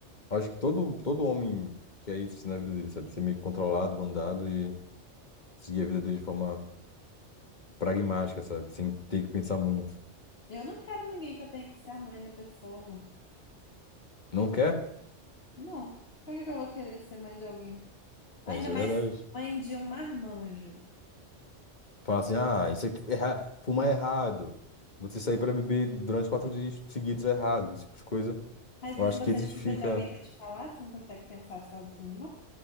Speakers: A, on the left; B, on the left.
A: Acho que todo, todo homem quer isso assim, na vida dele, sabe? Ser meio que controlado, mandado e seguir a vida dele de forma pragmática, sabe? Sem ter que pensar muito.
B: Eu não quero ninguém que eu tenha que ser a mãe da pessoa, não.
A: Não quer?
B: Não. Pra que que eu vou querer ser mãe de alguém?
A: É,
B: Ainda
A: isso
B: mais
A: é verdade.
B: mãe de um marmanjo.
A: Falar assim, ah, isso aqui, é erra... fumar é errado. Você sair pra beber durante quatro dias seguidos é errado. Esse tipo de coisa.
B: Mas
A: Eu
B: isso
A: acho
B: você
A: que edifica.
B: precisa de alguém para te falar, você não consegue pensar sozinho, não?